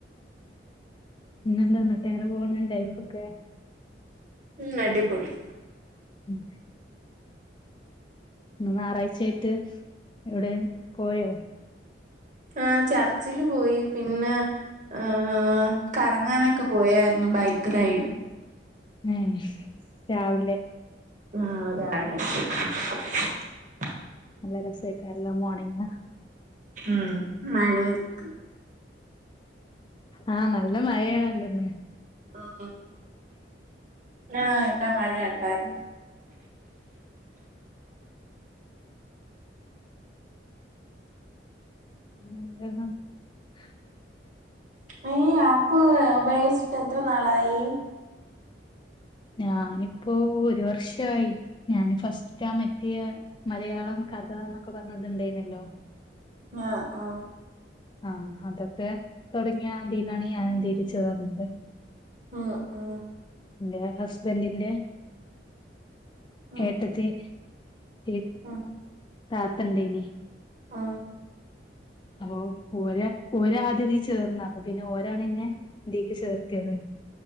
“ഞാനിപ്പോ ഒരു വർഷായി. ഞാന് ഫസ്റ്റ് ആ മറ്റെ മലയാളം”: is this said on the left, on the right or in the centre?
Left